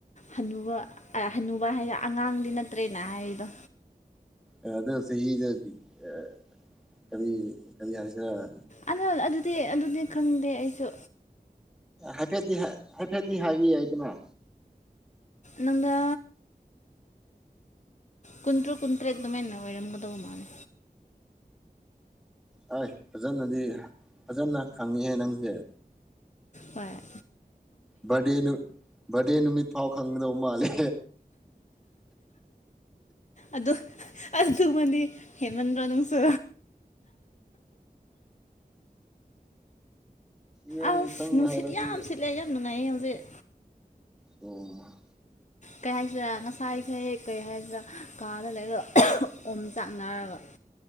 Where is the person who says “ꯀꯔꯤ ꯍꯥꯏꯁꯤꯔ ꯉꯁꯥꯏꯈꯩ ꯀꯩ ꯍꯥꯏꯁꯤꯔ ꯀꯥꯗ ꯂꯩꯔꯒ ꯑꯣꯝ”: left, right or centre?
Left